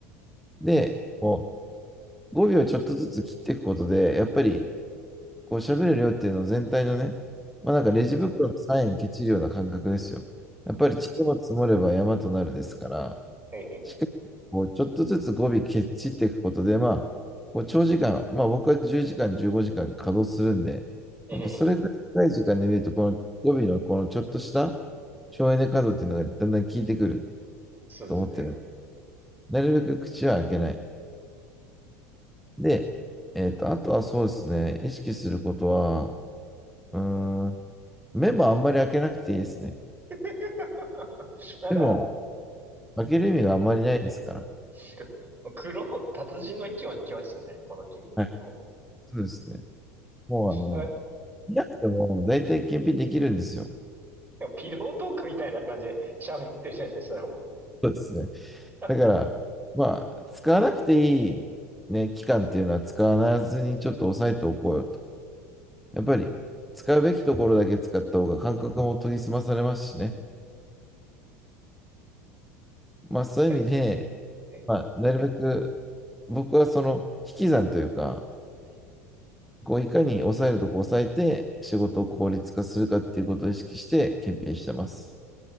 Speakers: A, in the centre; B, on the right.
A: で、こう語尾をちょっとずつ切っていくことで、やっぱりこう喋る量っていうのを全体のね、まあなんかレジ袋のサインケチるような感覚ですよ。やっぱり地も積もれば山となるですから、
B: ええ、
A: しっかりこうちょっとずつ語尾ケチっていくことで、まあ、こう長時間、まあ僕は10時間、15時間稼働するんで、
B: ええ
A: やっぱそれぐらい長い時間で見ると、この語尾のこのちょっとした省エネ稼働っていうのがだんだん効いてくる
B: そうですね。
A: と思ってるなるべく口は開けない。で、えっと、あとはそうですね、意識することは、うーん、目もあんまり開けなくていいですね。
B: <laughs> なんか、
A: でも、開ける意味があんまりないですから。
B: すご黒、達人の域まで来ましたね。この金品の。
A: はい。そうですね。もう、あの、
B: あ
A: 見なくても大体検品できるんですよ。
B: でもピロートークみたいな感じで喋ってるじゃないですか、そしたらも
A: そうですね。
B: う。
A: だから、まあ、使わなくていい、ね、期間っていうのは使わずにちょっと抑えておこうよと。やっぱり、使うべきところだけ使った方が感覚も研ぎ澄まされますしね。まあ、そういう意味で、
B: <laughs> です。え
A: まあ、なるべく僕はその引き算というか、
B: え
A: こういかに抑えるとこ抑えて仕事を効率化するかっていうことを意識して検品してます。